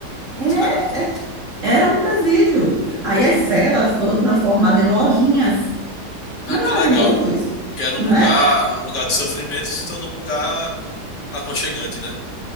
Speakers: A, on the right; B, on the left.
A: É,
B: Sério?
A: é Era um presídio. Aí as celas foram transformadas em lojinhas.
B: Ah,
A: Não é
B: que
A: maravilhoso
B: legal.
A: isso?
B: Que era
A: Não
B: um lugar,
A: é?
B: um lugar de sofrimento e se tornou um lugar aconchegante, né?